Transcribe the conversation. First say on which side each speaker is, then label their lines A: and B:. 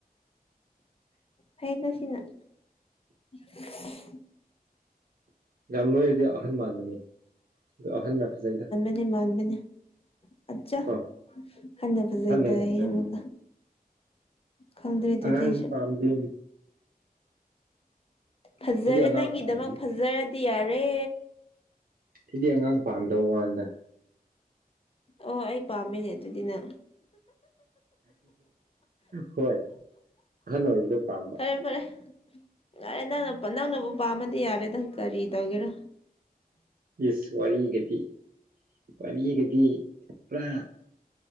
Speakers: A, on the left; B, on the right.
A: ꯐꯩꯗ ꯁꯤꯅ <inaudible>
B: ꯌꯥꯝ ꯅꯣꯏꯔꯗꯤ ꯑꯍꯟ ꯃꯥꯟꯕꯅꯤ ꯑꯍꯟꯅ ꯐꯖꯩꯗ
A: ꯅ ꯃꯥꯟꯕꯅꯦ ꯑꯠꯆꯥ
B: ꯀꯣ
A: ꯑꯍꯟꯅ ꯐꯖꯩꯒꯥꯢꯅ
B: ꯍꯦꯟꯅ ꯐꯖꯩꯌꯦ
A: ꯑꯃꯨꯛꯀ ꯈꯪꯗ꯭ꯔꯦ ꯑꯗꯨꯗꯤ
B: ꯑꯉꯥꯡꯗꯤ
A: ꯑꯩꯁꯨ
B: ꯄꯥꯝꯗꯦ
A: ꯐꯖꯔꯦ
B: ꯑꯉꯥꯡ
A: ꯅꯪꯒꯤꯗꯃꯛ
B: ꯄꯥꯝꯗꯦ
A: ꯐꯖꯔꯗꯤ ꯌꯥꯔꯦ
B: ꯁꯤꯗꯤ ꯑꯉꯥꯡ ꯄꯥꯝꯗ ꯋꯥꯥꯟꯗ
A: ꯑꯣ ꯑꯩ ꯄꯥꯝꯃꯤꯅꯦ ꯑꯗꯨꯗꯤꯅ
B: ꯍꯣꯏ ꯑꯍꯟ ꯑꯣꯏꯕꯗꯣ ꯄꯥꯝꯕ
A: ꯐꯔꯦ ꯐꯔꯦ ꯌꯥꯔꯦꯗ ꯅꯪꯅ ꯅꯪꯅꯕꯨ ꯄꯥꯝꯃꯗꯤ ꯌꯥꯔꯦ ꯅꯪ ꯀꯔꯤ ꯇꯧꯒꯦꯔꯥ
B: ꯏꯁ ꯋꯥꯔꯤꯒꯗꯤ ꯋꯥꯔꯤꯒꯗꯤ ꯄꯨꯔꯥ